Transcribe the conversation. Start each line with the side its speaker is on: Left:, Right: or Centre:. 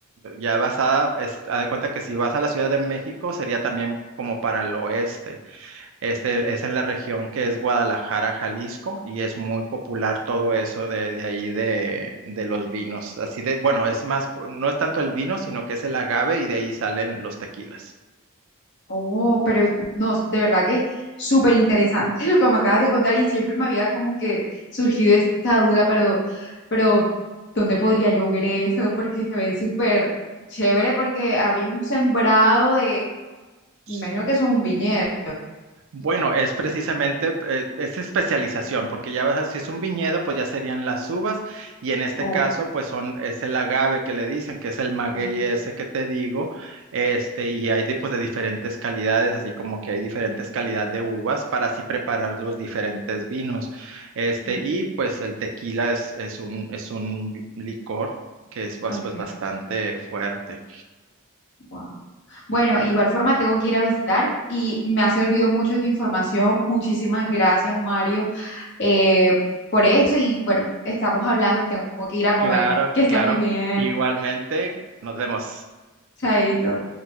Right: ya basada, es, haz de cuenta que si vas a la Ciudad de México sería también como para el oeste. Este es en la región que es Guadalajara, Jalisco, y es muy popular todo eso de, de ahí de, de los vinos. Así de, bueno, es más, co- no es tanto el vino, sino que es el agave y de ahí salen los tequilas.
Left: Oh, pero no, de verdad que súper interesante <laughs> lo que me acabas de contar y siempre me había como que surgido esa duda, pero, pero, ¿dónde podría yo ver eso? Porque se ve súper chévere porque había un sembrado de,
Right: sí
Left: me imagino que eso es un viñedo.
Right: Bueno, es precisamente, eh, es especialización, porque ya vas, a- si es un viñedo, pues ya serían las uvas, y en este
Left: Oh,
Right: caso, pues son, es el agave que le dicen, que es el maguey
Left: okay.
Right: ese que te digo, este, y hay de, pues, de diferentes calidades, así como que hay diferentes calidades de uvas para así preparar los diferentes vinos, este,
Left: ujú,
Right: y pues el tequila es, es un, es un vi- licor que es, bas-
Left: Okay.
Right: pues, bastante fuerte.
Left: Wow. Bueno, igual forma tengo que ir a visitar y me ha servido mucho tu información. Muchísimas gracias, Mario, eh, por esto. Y bueno, estamos hablando, tengo que ir a comer.
Right: Claro,
Left: Que estés
Right: claro,
Left: muy bien.
Right: igualmente, nos vemos.
Left: Chaito.